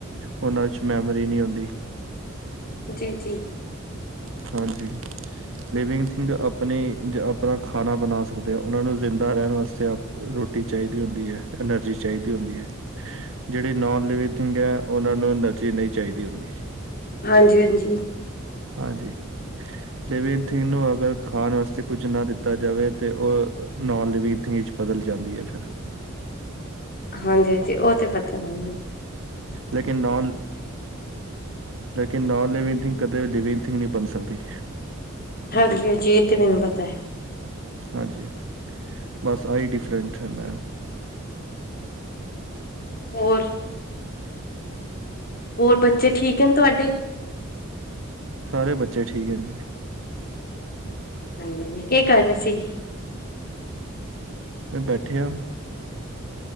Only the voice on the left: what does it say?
ਜੀ ਜੀ।
ਹਾਂਜੀ ਹਾਂਜੀ।
ਹਾਂਜੀ ਹਾਂਜੀ ਉਹ ਤੇ ਪਤਾ ਬ।
ਹਾਂਜੀ ਹਾਂਜੀ ਇਹ ਤੇ ਮੈਨੂੰ ਪਤਾ ਹੈ।
ਹੋਰ। ਹੋਰ ਬੱਚੇ ਠੀਕ ਨੇ ਤੁਹਾਡੇ।
ਹਾਂਜੀ ਹਾਂਜੀ ਕੀ ਕਰ ਰਹੇ ਸੀ।